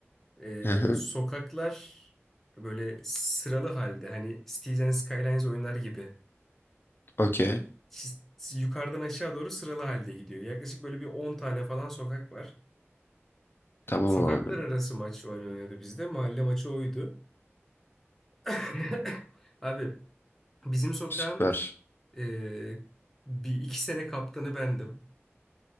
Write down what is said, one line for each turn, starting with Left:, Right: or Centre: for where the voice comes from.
Centre: E,
Left: Hı hı.
Centre: sokaklar böyle sıralı halde hani Cities and Skylines oynar gibi.
Left: Okey.
Centre: Çiz- yukarıdan aşağı doğru sıralı halde gidiyor. Yaklaşık böyle bir 10 tane falan sokak var.
Left: Tamam
Centre: Sokaklar
Left: abi.
Centre: arası maç oynanıyordu bizde. Mahalle maçı oydu. <laughs> Abi bizim sokağın
Left: Süper.
Centre: e, bir iki sene kaptanı bendim.